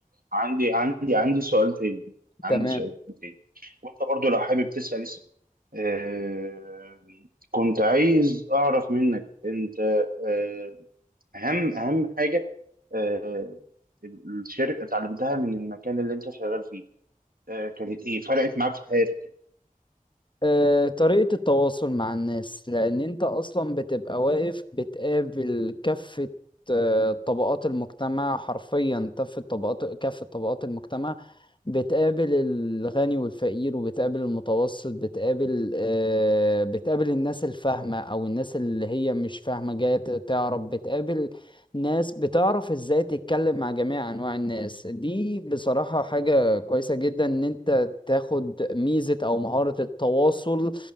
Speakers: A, on the right; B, on the left.
A: عندي عندي عندي سؤال تاني عندي
B: تمام
A: سؤال تاني وانت برضو لو حابب تسأل اسأل آه كنت عايز اعرف منك انت آه اهم اهم حاجة آه الشركة اتعلمتها من المكان اللي انت شغال فيه آه كانت ايه فرقت معاك في حياتك
B: آه، طريقة التواصل مع الناس لأن أنت أصلا بتبقى واقف بتقابل كافة آه، طبقات المجتمع حرفيا كافة طبقات كافة طبقات المجتمع بتقابل الغني والفقير وبتقابل المتوسط بتقابل آه، بتقابل الناس الفاهمة أو الناس اللي هي مش فاهمة جاية ت- تعرف بتقابل ناس بتعرف ازاي تتكلم مع جميع انواع الناس دي بصراحة حاجة كويسة جدا ان انت تاخد ميزة او مهارة التواصل